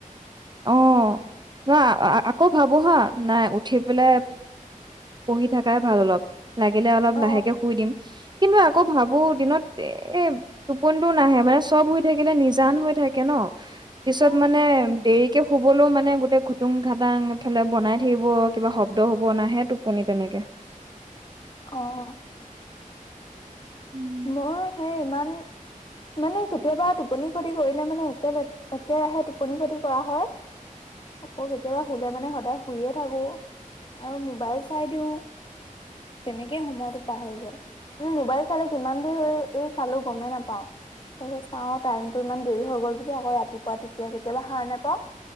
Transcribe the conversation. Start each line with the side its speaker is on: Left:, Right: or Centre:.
Right: অ ন আকৌ ভাবো হা নাই উঠি পেলাই পঢ়ি থাকাই ভাল অলপ। লাগিলে অলপ
Left: অ
Right: লাহেকে শুই দিম। কিন্তু আকৌ ভাবো দিনত এ টোপনটো নাহে মানে চব হৈই থাকিলে নিজান হৈ থাকে ন। পিছত
Left: অ
Right: মানে
Left: বুজিছো
Right: দেৰি। শুবলৈও মানে। গোটেই খুটুং ঘাটাংফালে বনাই থাকিব কিবা শব্দ হ'ব নাহে টোপনি তেনেকে।
Left: অহ
Right: উম
Left: মোৰ সেই ইমান মানে কেতিয়াবা টোপনি ক্ষতি কৰিলে মানে একে একেৰাহে টোপনি ক্ষতি কৰা হয়। আকৌ কেতিয়াবা হুলে মানে সদায়। শুইয়ে থাকো আৰু মোবাইল চাই দিও তেনেকে সময়তো পাৰ হৈ যায় মোবাইল চালে কিমান দেৰি হৈ এই চালো গমেই নাপাও তাৰপিছত চাওঁ টাইমতটো ইমান দেৰি হৈ গল বুলি আকৌ ৰাতিপুৱা তেতিয়া কেতিয়াবা সাৰ নেপাওঁ